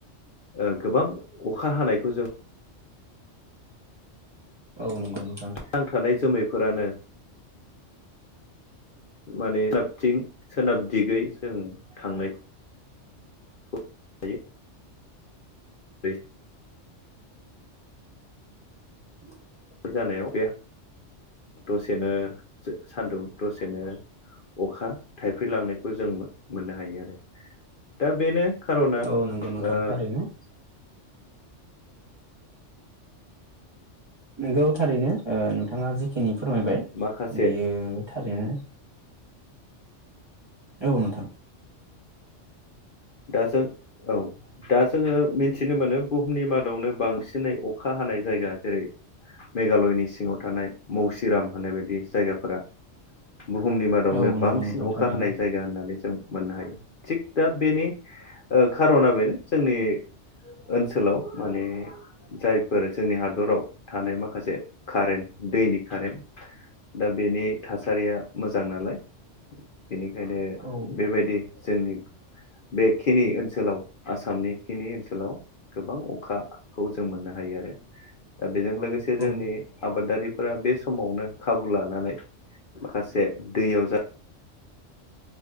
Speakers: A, on the left (about 50°); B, on the right (about 20°).
A: ओ गोबां अखा हानायखौ जों
B: औ नंगौ उम
A: नांथानाय जोमैफोरानो माने <unintelligible> थिं सोनाब दिगै जों थांनाय <inaudible> <unintelligible> <inaudible> <inaudible>
B: <inaudible> <unintelligible>
A: जानायाव बे दसेनो जो सान्दुं दसेनो अखा थाइफ्रि लांनायखौ जों मोन-मोननो हायो आरो दा बेनो खार'ना
B: औ नंगौ नोंथां
A: ओ
B: थारैनो। नोंगौ थारैनो ओ नोंथांङा जे खिनि फोरमायबाय
A: माखासे
B: बियो थारैनो औ नोंथां।
A: दा जों औ दा जोंङो मिथिनो मोनो बुहुमनि मादावनो बांसिनै अखा हानाय जायगा जेरै मेघालयनि सिंङाव थानाय मौसिराम होननाय बायदि जायगाफोरा बुहुमनि मादावनो
B: औ नंगौ
A: बांसिन
B: नोंथां थारैनो
A: अखा हानाय जायगा होननानै जों मोननो हायो, थिग दा बेनि खार'ना बेनो जोंनि ओनसोलाव माने जायफोर जोंनि हादराव थानाय माखासे कारेन्ट दैनि कारेन्ट दा बेनि थासारिया मोजां नालाय बेनिखायनो
B: औ
A: बेबायदि जोंनि बेखिनि ओनसोलाव आसामनि खिनि ओनसोलाव गोबां अखाखौ जों मोननो हायो आरो। दा बेजों लोगोसे
B: औ
A: जोंनि आबादारि फोर बे समावनो खाबु लानानै माखासे दैयाव